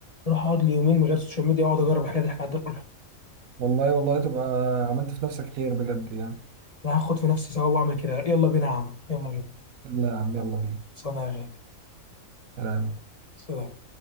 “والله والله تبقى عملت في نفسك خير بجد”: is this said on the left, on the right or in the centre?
Right